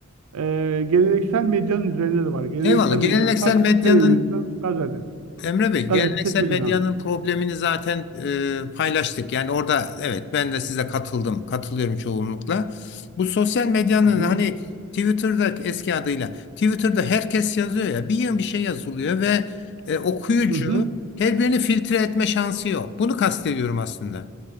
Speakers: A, on the right (about 80°); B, on the left (about 50°).
A: e, geleneksel medyanın üzerinde de var. Geleneksel
B: Eyvallah.
A: medyadan
B: Geleneksel
A: kastım
B: medyanın
A: televizyon, gazete.
B: Emre Bey,
A: Gazete,
B: geleneksel
A: televizyon.
B: medyanın problemini zaten e, paylaştık. Yani orada evet ben de size katıldım, katılıyorum çoğunlukla. Bu sosyal medyanın
A: Hı hı.
B: hani Twitter'da eski adıyla Twitter'da herkes yazıyor ya bir yığın bir şey yazılıyor ve e, okuyucu
A: Hı hı.
B: her birini filtre etme şansı yok. Bunu kastediyorum aslında.